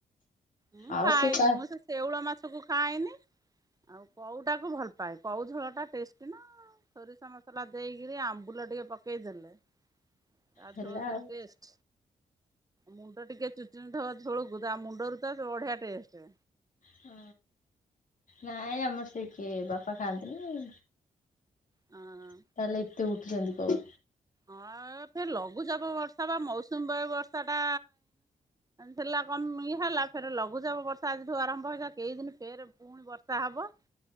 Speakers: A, on the right; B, on the left.
A: ମୁଁ
B: ଆଉ
A: ଖାଆଇନି
B: କା
A: ମୁଁ ସେ ଶେଉଳ ମାଛକୁ ଖାଆଇନି, ଆଉ କଉଟାକୁ ଭଲ ପାଏ। କଉ ଝୋଳଟା ଟେଷ୍ଟି ନା। ସୋରିଷ ମସଲା ଦେଇକିରି, ଆମ୍ବୁଲ ଟିକେ ପକେଇଦେଲେ। ତା
B: ହେଲା
A: ଝୋଳ
B: ଆଉ।
A: ଯୋଉ ଟେଷ୍ଟ, ମୁଣ୍ଡ ଟିକେ ଚୁଚୁମୁଥିବ ଝୋଳକୁ ତା ମୁଣ୍ଡରୁ ତାର ବଢିଆ ଟେଷ୍ଟ।
B: ହଁ ନାଇଁ, ଆମର ସେ କିଏ ବାପା ଖାଆନ୍ତିନି।
A: ହଁ।
B: ତାହେଲେ ଏତେ ଉଠୁଚନ୍ତି କଉ।
A: ହଁ ଏ ଫେରେ ଲଘୁଚାପ ବର୍ଷା ବା, ମୌସୁମୀ ବାୟୁ ବର୍ଷାଟା ଥିଲା କମ ହେଲା ଫେର ଲଘୁ ଚାପ ବର୍ଷା ଆଜିଠୁ ଆରମ୍ଭ ହେଇ, କେଇ ଦିନ ଫେରେ ପୁଣି ବର୍ଷା ହବ।